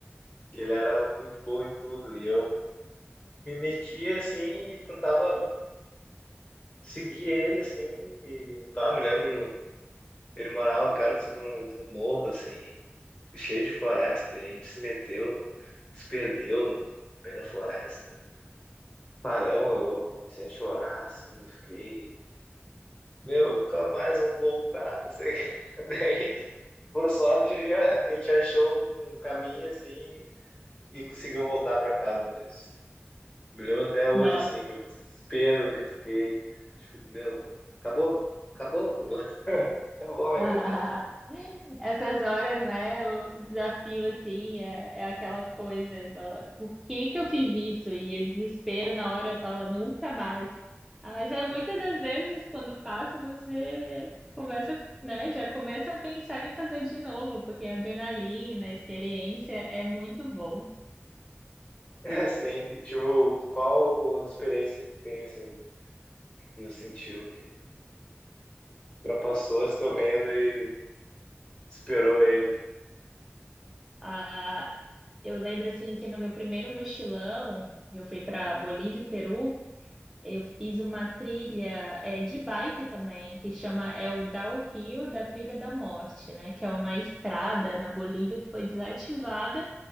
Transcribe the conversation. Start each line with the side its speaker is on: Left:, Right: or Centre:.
Left: Ele era muito bom em tudo. E eu me metia, assim, e tentava seguir ele, assim. E, pá, me lembro, ele morava perto de um, de um morro, assim, cheio de floresta. E a gente se meteu, no, se perdeu no meio da floresta. Paramos, eu comecei a chorar, assim, fiquei... Meu, nunca mais vou voltar, não sei o que. <laughs> Daí Por sorte, a gente já- <laughs> a gente achou um caminho assim e conseguiu voltar para casa mesmo. Me lembro até hoje,
Centre: Nossa.
Left: assim, que o desespero que eu fiquei. Tipo, meu, acabou, acabou, <laughs> acabou minha
Centre: <laughs>
Left: vida.
Centre: Essas horas, né? O o desafio, assim, é, é aquela coisa, fala, por que que eu fiz isso? E o desespero na hora fala, nunca mais. Ah, Mas é muitas
Left: Assim,
Centre: das vezes, quando passa, você começa, né? Já começa a pensar em fazer de novo, porque a adrenalina, a experiência é muito bom.
Left: <laughs> assim, e tipo, qual experiência que tu tem, assim, que tu sentiu que ultrapassou esse teu medo e superou ele?
Centre: Ah, eu lembro, assim, que no meu primeiro mochilão, eu fui para Bolívia e Peru. Eu fiz uma trilha é, de bike também, que chama é o Downhill da Trilha da Morte, né? Que é uma estrada na Bolívia que foi desativada